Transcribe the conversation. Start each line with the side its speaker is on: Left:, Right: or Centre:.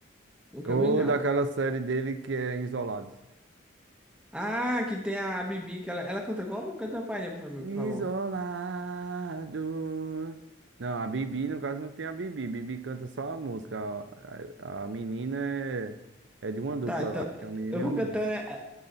Centre: Nunca
Right: Ou
Centre: vi não.
Right: daquela série dele que é Isolados.
Centre: Ah, que tem a Bibi, que ela, ela canta como? Canta uma palhinha pra mim,
Right: Isolado.
Centre: por favor.
Right: Não, a Bibi, no caso, não tem a Bibi. Bibi canta só a música. A, a- a menina é, é de uma dupla,
Centre: Tá, então,
Right: acho que é um menino
Centre: eu
Right: e
Centre: vou
Right: uma menina.
Centre: cantando, é, é,